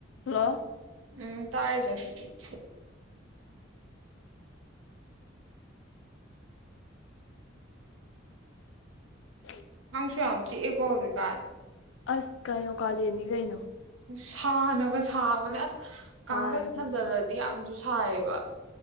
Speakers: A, on the left (about 65°); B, on the right (about 90°).
A: Hello
B: ꯎꯝ ꯇꯥꯏꯌꯦ ꯆꯦ
A: <unintelligible>
B: ꯀꯥꯡꯁꯨ ꯌꯥꯝ ꯆꯤꯛꯑꯦꯀꯣ ꯍꯧꯖꯤꯛꯀꯥꯟ
A: ꯑꯁ ꯀꯩꯅꯣ ꯀꯥꯂꯦꯟꯅꯤ ꯀꯩꯅꯣ꯫
B: ꯁꯥꯅꯒ ꯁꯥꯕꯅꯦ
A: ꯁꯥꯔꯒ
B: ꯀꯥꯡꯒꯟ ꯈꯟꯖꯟꯂꯗꯤ ꯌꯥꯝ ꯁꯥꯌꯦꯕꯥ꯫